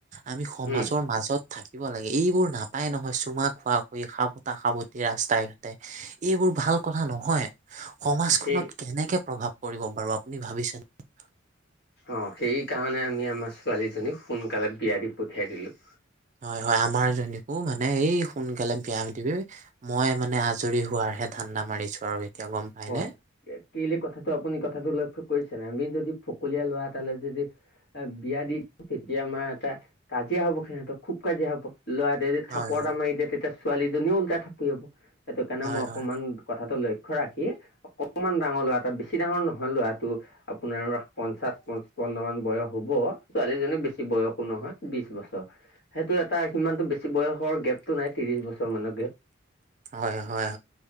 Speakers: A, on the right (about 35°); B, on the left (about 55°).
A: আমি সমাজৰ
B: উম
A: মাজত থাকি দিব লাগে এইবোৰ নাপায় নহয় চুমা খোৱা খুই খাবতা - খাবতি ৰাস্তাই ঘাটে এইবোৰ ভাল কথা নহয় সমাজখনত
B: সেই
A: কেনেকে প্ৰভাৱ কৰিব পাৰো আপুনি ভাবিছেনে?
B: অহ, সেই কাৰণে আমি আমাৰ ছোৱালীজনীক সোনকালে বিয়া দি পঠিয়াই দিলো।
A: হয় -হয় আমাৰ জনীকো মানে এই সোনকালে বিয়া <unintelligible> মই মানে আজৰি হোৱাৰহে ধান্দা মাৰিছো আৰু এতিয়া গম পাইনে?
B: হয়, কেলে কথাটো আপুনি কথাটো লক্ষ্য কৰিছে নাই আমি যদি ফকলিয়া ল'ৰা এতালৈ যদি এ বিয়া দি তেতিয়া আমাৰ এটা কাজিয়া হব সিহঁতক খুব কাজিয়া হ'ব। ল'ৰাটোৱে যদি থাপৰ
A: হয়, হয়।
B: এটা মাৰি দিয়ে তেতিয়া ছোৱালীজনীও ওল্টাই থাপৰীয়াব। সেইটো কাৰণে
A: হয়,
B: মই অকমান
A: হয়।
B: কথাটো লক্ষ্য ৰাখি অকমান ডাঙৰ ল'ৰা এটা বেছি ডাঙৰ নহয় ল'ৰা টো আপোনাৰ পঞ্চাশ পচপন্ন মান বয়স হব। ছোৱালীজনী বেছি বয়সো নহয় বিশ বছৰ। সেইটো এটা সিমানটো বেছি বয়সৰ গেপতটো নাই ত্ৰিশ বছৰ মানৰ গেপ।
A: হয় হয়